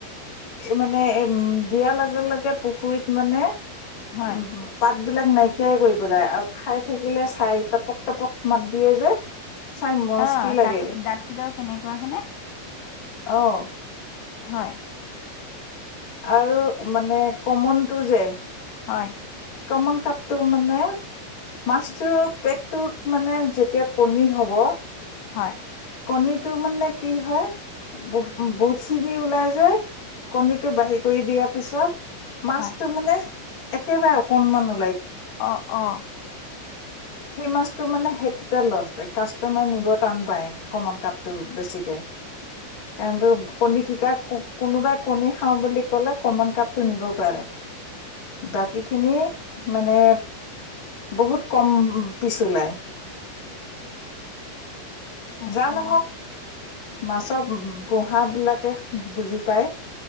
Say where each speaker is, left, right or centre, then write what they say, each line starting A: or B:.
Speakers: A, on the left; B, on the left.
A: মানে এ উম দিয়াৰ লগে লগে পুখুৰীত মানে
B: হয়,
A: উম পাত শাক বিলাক নাইকিয়াই কৰি পেলাই আৰু খাই থাকিলে চাই টপক টপক মাত দিয়ে যে চাই মস্তি
B: অ
A: লাগে
B: তাঁত ক দাঁত কেইটাও কেনেকুৱা হয়নেে
A: আহ
B: হয়
A: আৰু মানে কমনতটো যে
B: হয়
A: কমন কাপটো মানে মাছটোৰ পেটটোত মানে যেতিয়া কণী হব
B: হয়
A: কণীটো মানে কি হয় ব বহুতখিনি ওলাই যায় কণীটো বাঢ়ি কৰি দিয়াৰ পিছত মাছতটো
B: হয়,
A: মানে একেবাৰে অকনমানো
B: অ অ
A: সেই মাছটো মানে সেইটোতে লছ কাষ্ট মাৰ নিব টান পায় কমন কাপটো বেছিকে কাৰণ কণী কেইটা কোনোবাই কণী খাওঁ বুলি ক'লে কমন কাপটো নিব পাৰে বাকী খিনি মানে বহুত কম পিছ ওলাই
B: অ
A: যা নহওক মাছৰ পোহা বিলাকে বুজি পায়